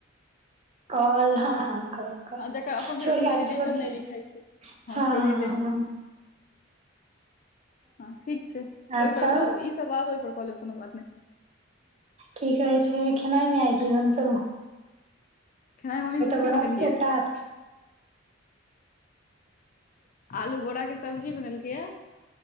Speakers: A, on the right (about 35°); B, on the left (about 45°).
A: काल हँ हँ काल।
B: हँ जकर अपन
A: छोड़
B: सबके एखन
A: आर
B: वैलिडेशन
A: छोड़ छोड़
B: नहि लिखाइ छै
A: हँ
B: छोड़िये दही
A: हँ।
B: हँ ठीक छै
A: और
B: ओहिपर
A: सब।
B: ई सब बात ओहिपर कऽ लेब कोनो बात नहि
A: की कहै छै खेनाइमे आइ की बनतै?
B: खेनाइ मे मम्मी की
A: बरात
B: बनेलियै।
A: के प्रात
B: आलू बोरा के सब्जी बनेलकैये।